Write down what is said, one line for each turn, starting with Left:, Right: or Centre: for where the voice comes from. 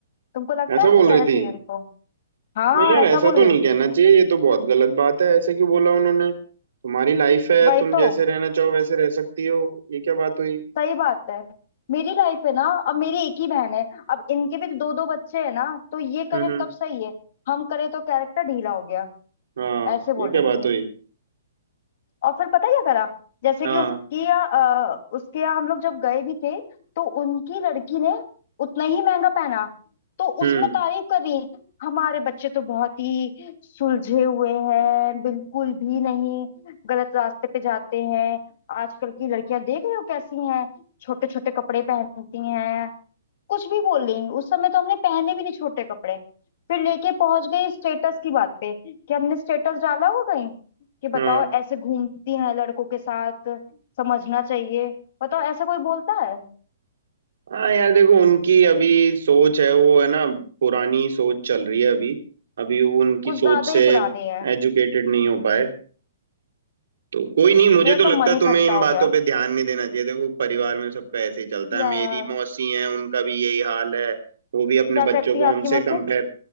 Left: तुमको लगता
Right: ऐसा
Left: है ऐसे
Right: बोल
Left: कहना
Right: रही
Left: चाहिए
Right: थी
Left: उनको हाँ
Right: नहीं यार
Left: ऐसा
Right: ऐसा
Left: बोल
Right: तो
Left: रही
Right: नहीं
Left: थी
Right: कहना चाहिए ये तो बहुत गलत बात है ऐसे क्यों बोला उन्होंने तुम्हारी लाइफ है
Left: वही
Right: तुम
Left: तो
Right: जैसे रहना चाहो वैसे रह सकती हो ये क्या बात हुई
Left: सही बात है मेरी लाइफ है ना अब मेरी एक ही बहन है अब इनके भी दो दो बच्चे हैं ना तो ये
Right: हम्म
Left: करें
Right: हम्म
Left: तब सही है हम करें तो कैरेक्टर ढीला हो गया
Right: हाँ
Left: ऐसे बोल
Right: ये क्या
Left: रही
Right: बात
Left: थी
Right: हुई
Left: और फिर पता है क्या करा जैसे
Right: हाँ
Left: कि उसकी यहाँ, अ, उसके यहाँ हम लोग जब गए भी थे तो उनकी लड़की ने उतना ही महंगा पहना तो
Right: हम्म
Left: उसमें तारीफ कर रही हमारे बच्चे तो बहुत ही सुलझे हुए हैं बिल्कुल भी नहीं गलत रास्ते पे जाते हैं आजकल की लड़कियां देख रहे हो कैसी हैं छोटे छोटे कपड़े पहनती हैं कुछ भी बोल रही उस समय तो हमने पहने भी नहीं छोटे कपड़े फिर लेके पहुंच गई स्टेटस की बात पे कि हमने स्टेटस डाला हो कहीं कि बताओ
Right: हाँ
Left: ऐसे घूमती हैं लड़कों के साथ समझना चाहिए बताओ ऐसा कोई बोलता है
Right: हाँ यार देखो उनकी अभी सोच है वो है ना पुरानी सोच चल रही है अभी अभी वो उनकी
Left: कुछ
Right: सोच
Left: ज्यादा
Right: से
Left: ही पुरानी है
Right: एजुकेटेड नहीं हो पाए तो कोई नहीं मुझे
Left: मेरा
Right: तो
Left: तो
Right: लगता
Left: मन
Right: है
Left: ही
Right: तुम्हें
Left: खट्टा
Right: इन बातों
Left: हो गया
Right: पे ध्यान नहीं देना चाहिए देखो परिवार में सबका ऐसे ही चलता है
Left: यार
Right: मेरी मौसी हैं उनका भी यही हाल है वो भी अपने
Left: क्या
Right: बच्चों
Left: करती
Right: को
Left: है आपकी
Right: हमसे
Left: मशीन
Right: कंपेयर